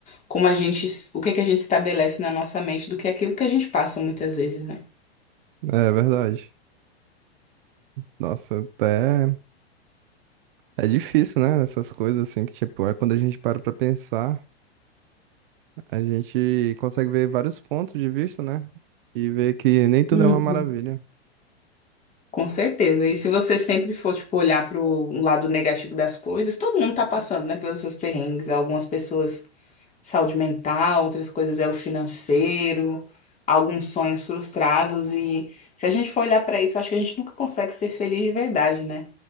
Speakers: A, on the left (about 20°); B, on the right (about 50°).
A: como a gente, o que é que a gente estabelece na nossa mente do que aquilo que a gente passa muitas vezes, né?
B: É verdade. Nossa, até é difícil, né? Essas coisas assim que, tipo, é quando a gente para pra pensar. A gente consegue ver vários pontos de vista, né? E ver que nem tudo
A: Uhum.
B: é uma maravilha.
A: Com certeza. E se você sempre for, tipo, olhar pro lado negativo das coisas, todo mundo tá passando, né, pelos seus perrengues. Algumas pessoas saúde mental, outras coisas é o financeiro, alguns sonhos frustrados. E se a gente for olhar para isso, eu acho que a gente nunca consegue ser feliz de verdade, né?